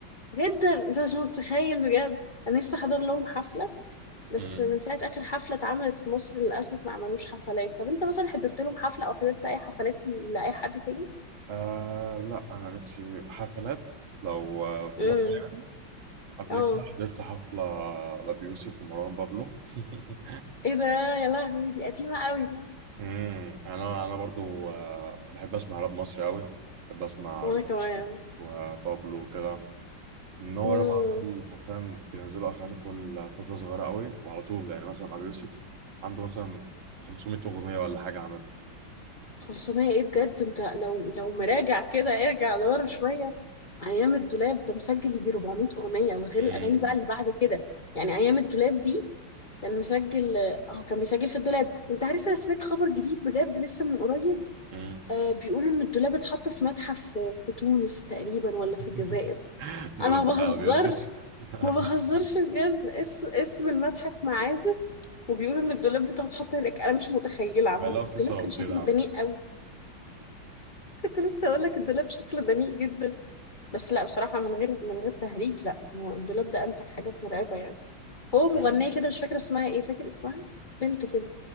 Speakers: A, on the left; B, on the right.
A: جدا انت مش متخيل بجد انا نفسي احضر لهم حفلة بس
B: مم.
A: من ساعة اخر حفلة اتعملت في مصر للاسف ما عملوش حفلات طب انت مثلا حضرت لهم حفلة او حضرت اي حفلات لاي حد تاني
B: آه لا انا نفسي حفلات لو آه، في
A: امم
B: مصر يعني قبل
A: اه
B: كده حضرت حفله لأبي يوسف ومروان بابلو <laughs>
A: ايه ده يا لهوي دي قديمة قوي صح
B: مم. انا انا برضو آه، بحب اسمع راب مصري قوي بحب اسمع
A: وانا
B: أبي
A: كمان
B: يوسف وبابلو كده ان هو
A: امم
B: راب على طول حرفيا بينزلوا اغاني كل فتره صغيره قوي وعلى طول يعني مثلا ابو يوسف عنده مثلا 500 اغنيه ولا حاجه عملها
A: 500 ايه بجد انت لو لو مراجع كده ارجع لورا شوية ايام الدولاب ده مسجل يجي 400 اغنية وغير
B: امم
A: الاغاني بقى اللي بعد كده يعني ايام الدولاب دي كان مسجل اه كان بيسجل في الدولاب انت عارف انا سمعت خبر جديد بجد لسه من قريب
B: امم
A: آه بيقولوا ان الدولاب اتحط في متحف في في تونس تقريبا ولا في الجزائر
B: <laughs>
A: انا
B: ده لو
A: ما
B: بتاع
A: بهزر
B: ابو يوسف <laughs>
A: ما بهزرش بجد اسم اسم المتحف معازف وبيقولوا ان الدولاب بتاعه اتحط هناك انا مش متخيله عموما
B: علاقه
A: الدولاب
B: في صراصير
A: كان شكله
B: عامه
A: دنيء قوي، كنت لسه هقول لك الدولاب شكله دنيء جدا بس لا بصراحة من غير من غير تهريج لا هو الدولاب ده أمتك حاجات مرعبة يعني هو
B: <laughs>
A: مغنية كده مش فاكرة اسمها ايه فاكر اسمها بنت كده